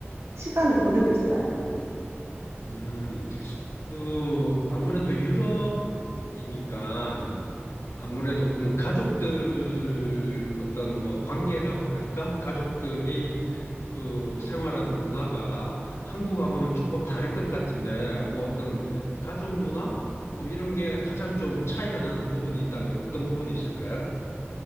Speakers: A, on the right; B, on the left.
A: 시간을 보내고 있어요.
B: 음, 그, 아무래도 유럽이니까, 아무래도 그 가족들 어떤 뭐 관계라고 할까? 가족들이 그 생활하는 문화가 한국하고는 조금 다를 것 같은데, 뭐 어떤 가족 문화? 뭐 이런 게 가장 좀 차이가 나는 부분이 있다면 어떤 부분이 있을까요?